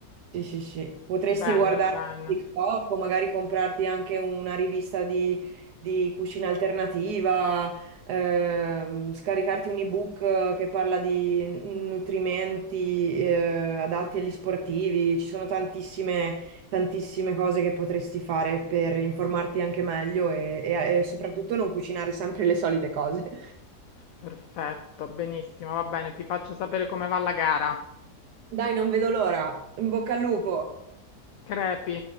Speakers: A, on the right (about 75°); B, on the left (about 65°).
A: Sì, sì, sì. Potresti
B: Bene,
A: guardare
B: bene.
A: TikTok o magari comprarti anche una rivista di, di cucina alternativa, ehm, scaricarti un ebook eh, che parla di nutrimenti, eh, adatti agli sportivi. Ci sono tantissime tantissime cose che potresti fare per informarti anche meglio e, e- e soprattutto non cucinare sempre le solite cose. <laughs>
B: Perfetto, benissimo, va bene, ti faccio sapere come va la gara.
A: Dai, non vedo l'ora. In bocca al lupo.
B: Crepi.